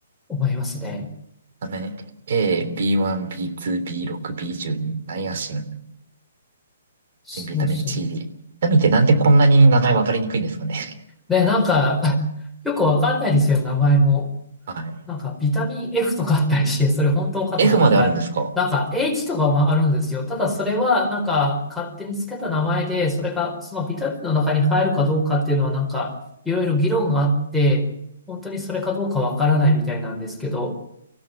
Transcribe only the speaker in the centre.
思いますね。
そうそう。
ねなんか、<laughs> よくわかんないですよ、名前も。
なんか、ビタミン F とかあったりして、それ本当かとか、
なんか、なんか H とかもあるんですよ。ただ、それは、なんか、勝手につけた名前で、それが、そのビタミンの中に入るかどうかっていうのは、なんか、いろいろ議論があって、本当にそれかどうかわからないみたいなんですけど、